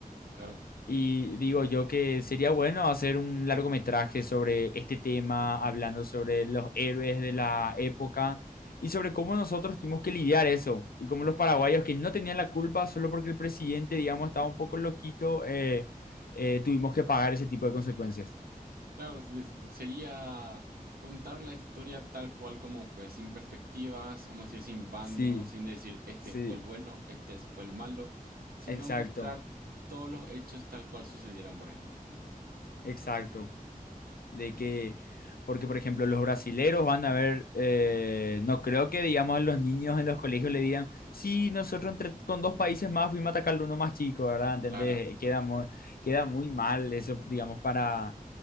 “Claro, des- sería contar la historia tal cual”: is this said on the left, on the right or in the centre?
Right